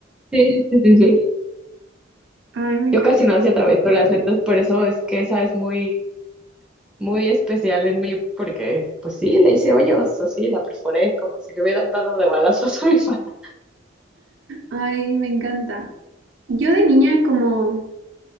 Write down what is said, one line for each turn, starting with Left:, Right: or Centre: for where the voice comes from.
Centre: Sí, sí, sí, sí.
Right: Ay, me encanta.
Centre: Yo casi no hacía travesuras, entonces por eso es que esa es muy, muy especial en mí, porque pues sí, le hice hoyos, así, la perforé, como si le hubieran dado de balazos a mi falda.
Right: Ay, me encanta. Yo de niña como,